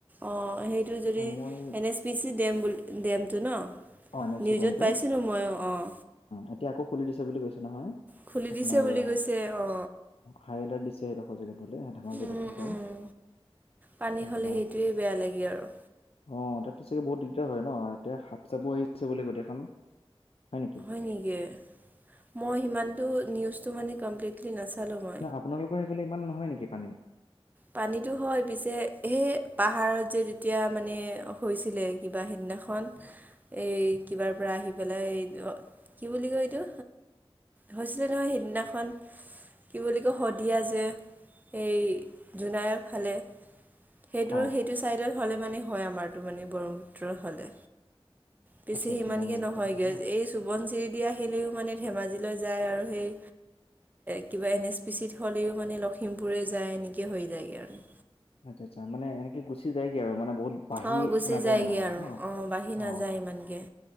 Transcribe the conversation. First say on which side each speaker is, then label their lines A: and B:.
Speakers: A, on the right (about 15°); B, on the left (about 75°).
A: অ সেইটো যদি
B: মই
A: N S P C dam বুলি ডেমটো ন
B: অঁ এন এফ ষ্টিডিয়ামটো
A: নিউজত পাইছিলোঁ ময়ো অঁ
B: এতিয়া আকৌ খুলি দিছে বুলি কৈছে নহয়
A: খুলি
B: আপোনাৰ
A: দিছে বুলি
B: আহ,
A: কৈছে অ
B: হাই এলাৰ্ট দিছে সেইডোখৰ জেগাত বোলে ধেমাজি
A: উম
B: লখিমপুৰ
A: উম পানী
B: আচ্ছা
A: হ'লে সেইটোৱে বেয়া লাগে আৰু
B: অ তাতো চাগে বহুত দিগদাৰ হয় ন এতিয়া সাপ চাববোৰ এৰি দিছে বোলে গোটেইখন হয় নেকি
A: হয় নেকি মই সিমান টো নিউজটো মানে কমপ্লিট নচালো মই
B: নাই আপোনালোকৰ ইফালে ইমান নহয় নেকি পানী
A: পানীতো হয় পিছে সেই পাহাৰত যে তেতিয়া মানে হৈছিলে কিবা সিদিনাখন এই কিবাৰ পৰা আহি পেলাই কি বুলি কয় এইটো হৈছিলে নহয় সিদিনাখন কি বুলি কয় শদিয়া যে এই জোনাইয়ৰ ফালে সেইটো
B: অ
A: সেইটো চাইডত হ'লে মানে হয় আমাৰটো মানে ব্ৰহ্মপুত্ৰ হ'লে পিছে
B: আচ্ছা আচ্ছা
A: সিমান
B: ব্ৰহ্মপুত্ৰৰ
A: কি নহয়গৈ
B: ফালে হয় ন
A: এই চবণ চিৰিদি আহিলেও মানে ধেমাজিলৈ যায় আৰু সেই কিবা এন এছ পি চিত হ'লেও মানে লখিমপুৰে যায় এনেকৈ হৈ যায়গৈ আৰু
B: আচ্ছা মানে গুচি যায়গৈ আৰু মানে বহুত বাঢ়ি
A: অঁ গুচি
B: নাযায়
A: যায়গৈ
B: মানে মানে
A: আৰু
B: ন
A: অঁ বাঢ়ি
B: অ
A: নাযায় ইমানকৈ